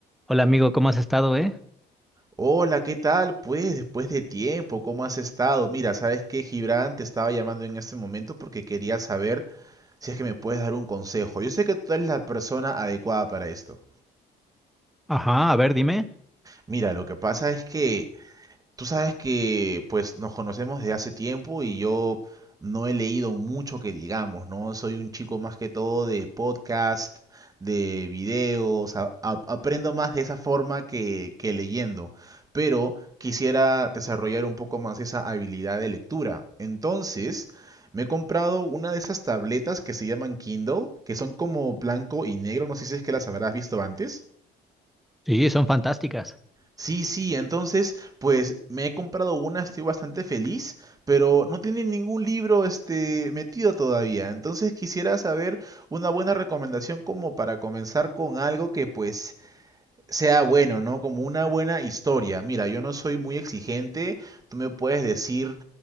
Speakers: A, in the centre; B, on the right (about 20°).
A: Hola amigo, ¿cómo has estado, eh?
B: Hola, ¿qué tal? Pues después de tiempo, ¿cómo has estado? Mira, ¿sabes qué, Gibran? Te estaba llamando en este momento porque quería saber si es que me puedes dar un consejo. Yo sé que tú eres la persona adecuada para esto.
A: Ajá, a ver, dime.
B: Mira, lo que pasa es que Tú sabes que pues nos conocemos desde hace tiempo y yo no he leído mucho que digamos, ¿no? Soy un chico más que todo de podcast, de videos, a- a- aprendo más de esa forma que, que leyendo, pero quisiera desarrollar un poco más esa habilidad de lectura. Entonces, me he comprado una de esas tabletas que se llaman Kindle, que son como blanco y negro, no sé si es que las habrás visto antes.
A: Sí, son fantásticas.
B: Sí, sí, entonces, pues me he comprado una, estoy bastante feliz, pero no tiene ningún libro este metido todavía. Entonces quisiera saber una buena recomendación como para comenzar con algo que pues sea bueno, ¿no? Como una buena historia. Mira, yo no soy muy exigente, tú me puedes decir